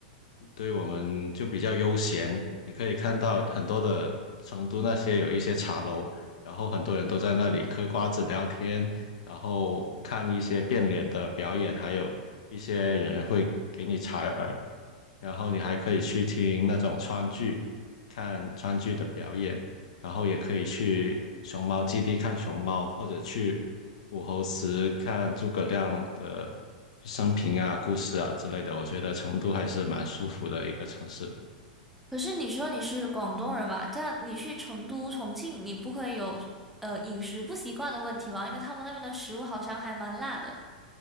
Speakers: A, on the left; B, in the centre.
A: 对我们就比较悠闲。你可以看到很多的成都那些有一些茶楼，然后很多人都在那里嗑瓜子聊天，然后看一些变脸的表演，还有一些人会给你采耳，然后你还可以去听那种川剧，看川剧的表演，然后也可以去熊猫基地看熊猫，或者去武侯祠看诸葛亮的生平啊、故事啊之类的，我觉得成都还是蛮舒服的一个城市。
B: 可是你说你是广东人嘛，这样你去成都、重庆，你不会有呃饮食不习惯的问题吗？因为他们那边的食物好像还蛮辣的。